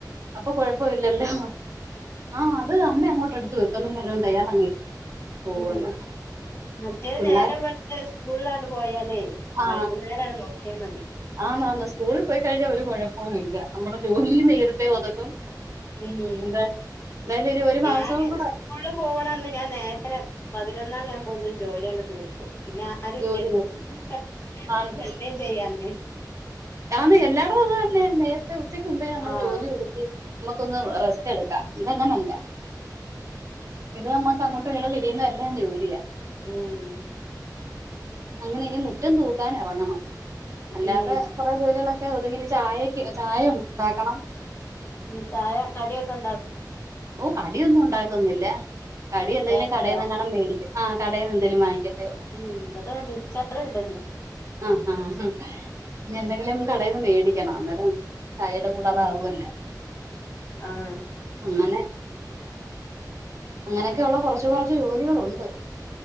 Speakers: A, on the right (about 45°); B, on the left (about 35°).
A: അപ്പോ കുഴപ്പമില്ല ല്ലല്ലോ ആ അത് അം അങ്ങോ തട്ടടുത്ത് വെക്കും എന്നുപറഞ്ഞോണ്ട് അയാളങ്ങ് പോവുന്ന
B: ഉം മറ്റേ
A: പിള്ളേര്
B: നേരം വെളുത്ത് സ്കൂളിലാണ്ട് പോയാലേ
A: ആ
B: വൈകുന്നേരാണ് നോക്കിയാ മതി
A: ആന്ന് ആന്ന് സ്കൂളിൽ പോയി കഴിഞ്ഞാൽ ഒരു കുഴപ്പവും ഇല്ല നമ്മുടെ ജോലിയും നേരത്തെ ഒതുക്കും
B: ഉം ഉം
A: എന്താ എന്തായാലും ഇനി ഒരു മാസവും
B: ഞാന്
A: കൂടെ
B: സ്കൂൾ പോവ്ണന്ന് ഞാൻ നേരത്തെ പതിനൊന്നണി ആവു കൂടുതൽ ജോലിയണ്ട് തീർക്കും പിന്നെ ആരുല്ലല്ലോ
A: ജോലി ആന്ന്
B: ശല്യം ചെയ്യാന്
A: ആന്ന് എല്ലായിടും അത് തന്നെ നേരത്തെ ഉച്ചയ്ക്ക് മുമ്പേ നമ്മള്
B: ആഹ്
A: ജോലി ഉതുക്കി നമുക്കൊന്ന് റെസ്റ്റ് എടുക്കാം ഇതങ്ങനല്ല ഇത് നമ്മക്ക് അങ്ങോട്ട് ങ്ങനെ തിരിയുന്നെല്ലാം ജോലിയാ
B: ഉം
A: അങ്ങനെ ഇനി മുറ്റം തൂക്കാൻ എറങ്ങണം അല്ലാതെ
B: ഉം
A: കൊറേ ജോലികളൊ ക്കെ ഒതുങ്ങി ഇനി ചായക്ക് ചായ ഉണ്ടാക്കണം
B: ഉം ചായ കടിയൊക്കെ ഇണ്ടാ
A: ഓ കടിയൊന്നും ഉണ്ടാക്കുന്നില്ല കടി എന്തെങ്കിലും
B: ബേക്കറിയോ
A: കടേന്നങ്ങാനും മേടി ആഹ് കടേന്ന് എന്തേലും വാങ്ങിക്ക ത്തെയുള്ളു
B: ഉം ഇവിടെ മിച്ചറുണ്ട്ന്ന്
A: ആഹ് ആഹ് ഇനി എന്തെങ്കിലൊന്ന് കടേന്ന് മേടി <unintelligible> അന്നേര ചയെടെ കൂടെ അതാവുവല്ലോ
B: ഉം ആഹ്
A: അങ്ങനെ അങ്ങനെയൊക്കെയ ഉള്ള കൊറച്ചു കൊറച്ച് ജോലികളുണ്ട്